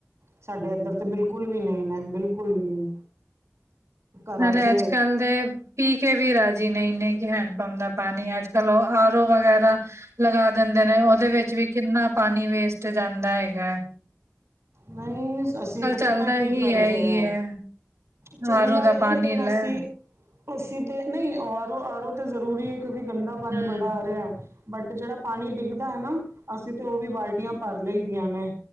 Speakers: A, on the right; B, on the right.
A: ਸਾਡੇ ਇੱਧਰ ਤੇ ਬਿਲਕੁਲ ਵੀ ਨਹੀਂ ਨੇ, ਬਿਲਕੁਲ ਵੀ ਨਹੀਂ। ਘਰਾਂ
B: ਹਲੇ,
A: 'ਚ
B: ਅੱਜ-ਕੱਲ ਦੇ ਪੀਕੇ ਵੀ ਰਾਜ਼ੀ ਨਹੀਂਨੇ ਕਿ ਹੈਂਡ ਪੰਪ ਦਾ ਪਾਣੀ, ਅੱਜ-ਕੱਲ ਉਹ ਆਰ ਓ ਵਗੈਰਾ ਲਗਾ ਦਿੰਦੇ ਨੇ, ਉਹਦੇ ਵਿੱਚ ਵੀ ਕਿੰਨਾ ਪਾਣੀ ਵੇਸਟ ਜਾਂਦਾ ਹੇਗਾ।
A: ਨਹੀਂ, ਅਸੀਂ ਤੇ ਪਤਾ
B: ਚੱਲਦਾ
A: ਕੀ
B: ਹੀ
A: ਕਰਦੇ
B: ਹੈ ਹੀ
A: ਆ।
B: ਹੈ
A: ਚੱਲਦਾ
B: ਆਰ ਓ ਦਾ
A: ਤੇ ਏ,
B: ਪਾਣੀ
A: ਲੇਕਿਨ
B: ਲੈ
A: ਅਸੀਂ ਅੱਸੀ ਤੇ ਨਹੀਂ ਆਰੋ, ਆਰੋ ਤੇ ਜ਼ਰੂਰੀ ਏ, ਕਿਉਂਕਿ ਗੰਦਾ ਪਾਣੀ
B: ਹਮ
A: ਬੜਾ ਆ ਰਿਹਾ। ਬਟ ਜਿਹੜਾ ਪਾਣੀ ਡਿੱਗਦਾ ਹੈ ਨਾ, ਅਸੀਂ ਤੇ ਉਹ ਵੀ ਬਾਲਟੀਆਂ ਭਰ ਲਈ ਦੀਆਂ ਨੇ,